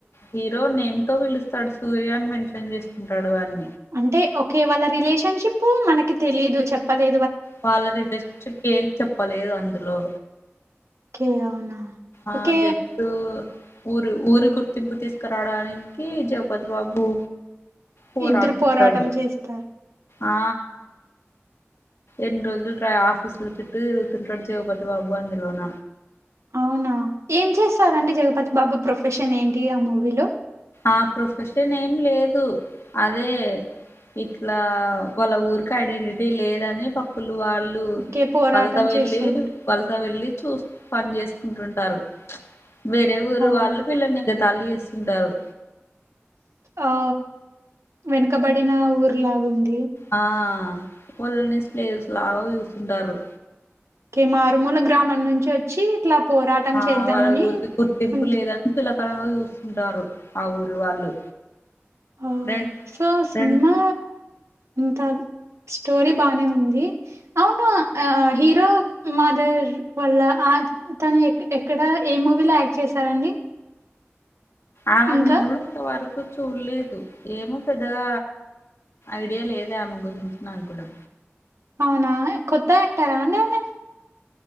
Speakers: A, on the left (about 65°); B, on the right (about 80°).
A: హీరో నేమ్ తో పిలుస్తాడు సూర్యని మెన్షన్ చేస్తుంటాడు అన్
B: అంటే ఒకే వాళ్ళ రిలేషన్షిప్ మనకి తెలీదు చెప్పలే
A: వాళ్ళది జస్ట్ కేం చెప్పలేదు అందులో
B: ఏ అవునా?
A: ఆ
B: ఓకే
A: జస్టు ఊరి ఊరి గుర్తింపు తీసుకురావడానికి జగపతి బాబు పోరాడుతుంటాడు
B: ఇద్దరు పోరాటం చేస్తారు
A: ఆ ఎన్ రోజుల్ ఆఫీసుల్ చుట్టూ తిరుగుతుంటాడు జగపతి బాబు అందులోన
B: అవునా ఏం చేస్తారండి జగపతి బాబు ప్రొఫెషన్ ఏంటి ఆ మూవీలో
A: ఆ ప్రొఫెషన్ ఏం లేదు అదే ఇట్లా వాళ్ళ ఊరికి ఐడెంటిటీ లేదని పప్పు వాళ్ళు
B: ఓకే పోరాటం
A: వలస వెళ్ళి
B: చేస్తుంట
A: వలస వెళ్ళి చూస్ పని చేసుకుంటుంటారు వేరే ఊరు
B: ఓ
A: వాళ్ళు వీల్లని ఎగతాళి చేస్ ఉంటారు
B: ఒ వెనకబడిన ఊర్లాగుంది
A: ఆ వాళ్ళని స్లేవ్స్ లాగా చూస్తారు
B: కే మారుమూల గ్రామం నుంచి వచ్చి ఇట్లా పోరాటం
A: ఆ
B: చేద్దామని
A: వాళ్ళ ఊరికి గుర్తింపు
B: అంత్-
A: లేదని చులకన గా చూస్తుంటారు ఆ ఊరు వాళ్ళు
B: హో
A: రెం
B: సో సినిమా
A: రెం
B: ఇంత స్టోరీ బానే ఉంది అవును ఆ హీరో మదర్ వాల్ల యాక్ తను ఎక్ ఎక్కడ ఏ మూవీలో యాక్ట్ చేశారండి?
A: ఆవిడ్ని
B: ఇంకా
A: నేను ఇంతవరకు చూడ్లేదు ఏమో పెద్దగా ఐడియా లేదు ఆమె గురించి నా గూడా
B: అవునా కొత్త యాక్టరా అండి ఆమె